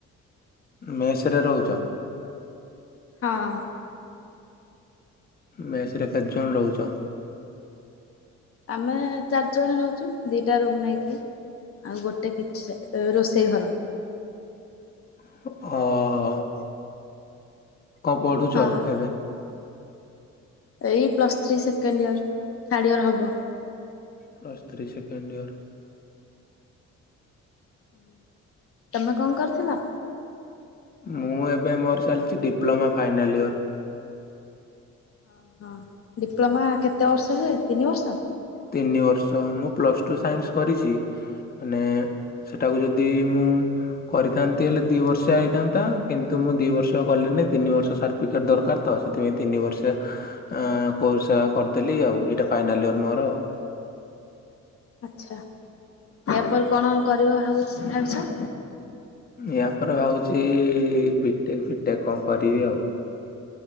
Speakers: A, on the left (about 30°); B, on the left (about 50°).
A: ମେସ୍ ରେ ରହୁଛ?
B: ହଁ
A: ମେସ୍ ରେ କେତେ ଜଣ ରହୁଛ?
B: ଆମେ ଚାରିଜଣ ରହୁଛୁ ଦିଇଟା ରୁମ୍ ନେଇକି। ଆଉ ଗୋଟେ କିଛି ଏ ରୋଷେଇ ଘର।
A: ଅହୋ। କଣ ପଢ଼ୁଛ
B: ହଁ
A: ଏବେ?
B: ଏଇ plus three second year third year ହବ।
A: Plus three second year.
B: ହୁଁ। ତମେ କଁ କରିଥିଲ।
A: ମୁଁ ଏବେ ମୋର ଚାଲିଛି ଡିପ୍ଲୋମା ଫାଇନାଲ୍ ଇୟର୍।
B: ଓ ହୋ ଡିପ୍ଲୋମା କେତେ ବର୍ଷ ହୁଏ ତିନି ବର୍ଷ।
A: ତିନି ବର୍ଷ ମୁଁ ପ୍ଲସ୍ ଟୁ ସାଇନ୍ସ କରିଛି ହେନେ। ସେଟାକୁ ଯଦି ମୁଁ। କରିଥାନ୍ତି ହେଲେ ଦି ବର୍ଷିଆ ହେଇଥାନ୍ତା କିନ୍ତୁ ମୁଁ ଦି ବର୍ଷ କଲି ନି ତିନି ବର୍ଷ ସାର୍ଟିଫିକେଟ୍ ଦରକାର। ତ ସେଥିପାଇଁ ତିନି ବର୍ଷିଆ ଆଁ କୋର୍ସ କରିଦେଲି ଆଉ ଏଇଟା ଫାଇନାଲ୍ ଇୟର୍ ମୋର।
B: ଆଛା ୟା ପରେ କଣ କରିବ ଭାବୁ ଭାବିଛ।
A: ୟା ପରେ ଭାବୁଛି ବିଟେକ୍ ଫିଟେକ୍ କଁ କରିବି ଆଉ।